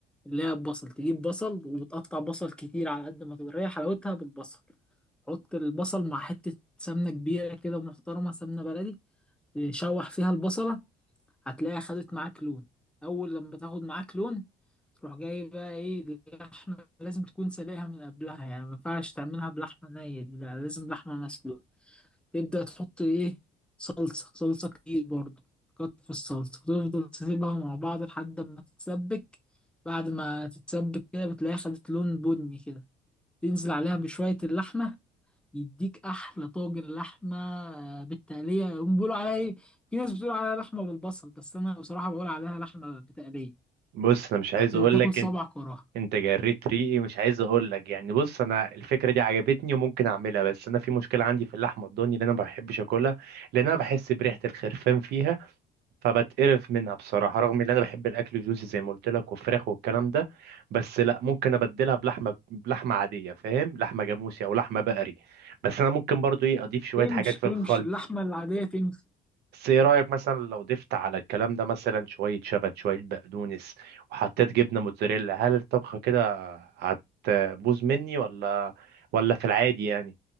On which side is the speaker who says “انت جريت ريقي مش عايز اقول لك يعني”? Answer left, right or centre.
Right